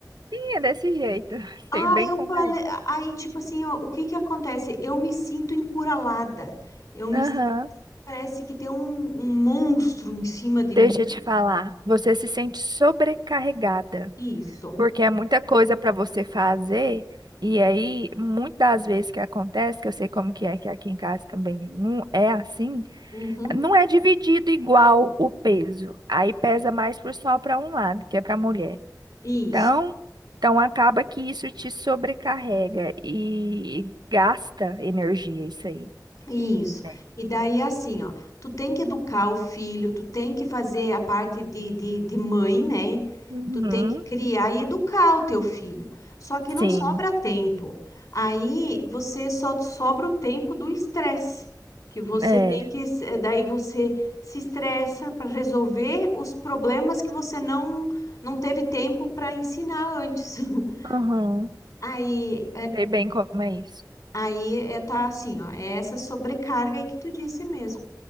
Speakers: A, on the right; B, on the left.
A: sim, é desse jeito. <laughs>
B: Ah,
A: Sei bem
B: eu
A: como
B: falei,
A: é.
B: aí tipo assim, ó, o que que acontece? Eu me sinto encurralada. Eu me
A: Aham.
B: parece que tem um, um monstro em cima de mim.
A: Deixa eu te falar, você se sente sobrecarregada.
B: Isso.
A: Porque é muita coisa para você fazer, e aí, muitas das vezes que acontece, que eu sei como que é, que aqui em casa também não é assim,
B: Uhum.
A: não é dividido igual o peso. Aí pesa mais pro só para um lado, que é para a mulher.
B: Isso,
A: Então, então acaba que isso te sobrecarrega e gasta energia, isso aí,
B: isso.
A: né?
B: E daí, assim, ó, tu tem que educar o filho, tu tem que fazer a parte de, de, de mãe, né?
A: Uhum,
B: Tu tem que criar e educar o teu filho. Só que não
A: sim,
B: sobra tempo. Aí você só sobra o tempo do estresse, que você
A: é.
B: tem que, s- eh, daí você se estressa para resolver os problemas que você não não teve tempo para ensinar antes. <laughs>
A: Uhum.
B: Aí
A: Sei bem como é isso.
B: Aí é, tá assim, ó, é essa sobrecarga aí que tu disse mesmo.